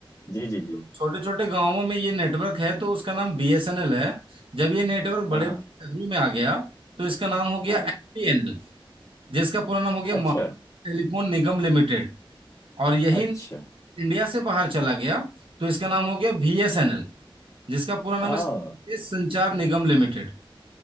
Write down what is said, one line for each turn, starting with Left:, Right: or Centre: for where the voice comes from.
Left: जी जी जी
Right: छोटे छोटे गांवों में ये नेटवर्क है तो उसका नाम बीएसएनएल है जब ये नेटवर्क बड़े
Left: हाँ हाँ
Right: बड़े शहरों में आ गया तो इसका नाम हो गया
Left: हाँ
Right: एमटीएनएल जिसका पूरा नाम हो गया महाराष्ट्र
Left: अच्छा
Right: टेलीफोन निगम लिमिटेड और यही
Left: अच्छा
Right: इंडिया से बाहर चला गया तो इसका नाम हो गया बीएसएनएल जिसका पूरा नाम
Left: आ
Right: है संचार निगम लिमिटेड